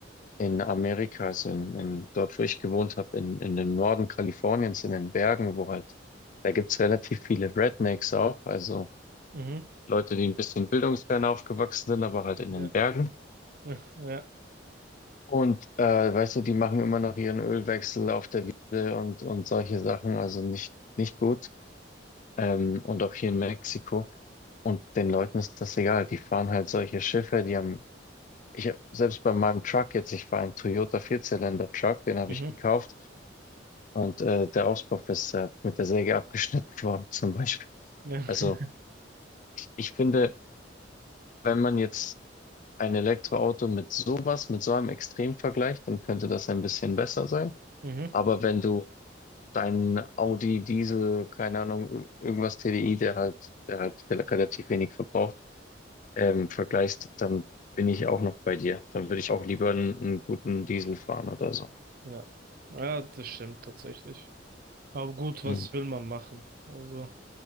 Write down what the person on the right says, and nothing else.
mhm.
Ja,
ja.
Mhm.
Ja. <laughs>
Mhm.
Ja. Ja, das stimmt tatsächlich. Aber gut, was
will man machen? Also,